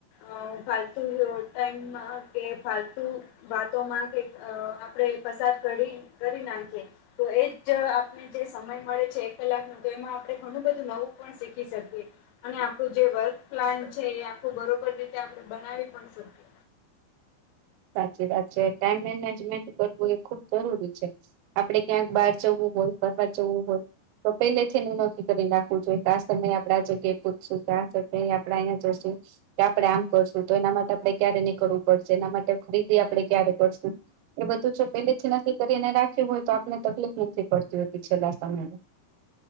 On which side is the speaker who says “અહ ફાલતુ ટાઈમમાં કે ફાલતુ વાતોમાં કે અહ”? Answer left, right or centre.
Left